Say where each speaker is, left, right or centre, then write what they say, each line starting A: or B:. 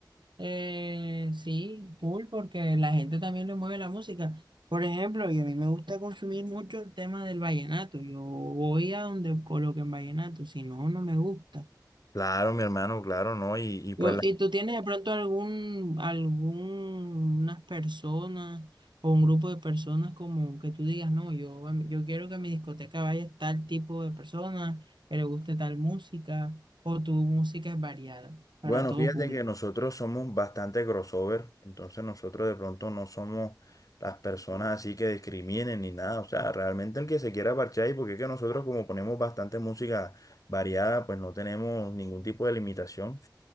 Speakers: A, on the right; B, on the left.
A: Eh, sí, cool, porque la gente también le mueve la música. Por ejemplo, y a mí me gusta consumir mucho el tema del vallenato. Yo voy a donde coloquen vallenato, si no, no me gusta.
B: Claro, mi hermano, claro, ¿no? Y, y pues
A: Yo- ¿y tú tienes de pronto algún, algunas personas o un grupo de personas como que tú digas, no, yo, em, yo quiero que a mi discoteca vaya tal tipo de personas, que le guste tal música, o tu música es variada para
B: Bueno,
A: todo
B: fíjate
A: público?
B: que nosotros somos bastante crossover, entonces nosotros de pronto no somos las personas así que discriminen ni nada, o sea, realmente el que se quiera parchar y porque es que nosotros como ponemos bastante música variada, pues no tenemos ningún tipo de limitación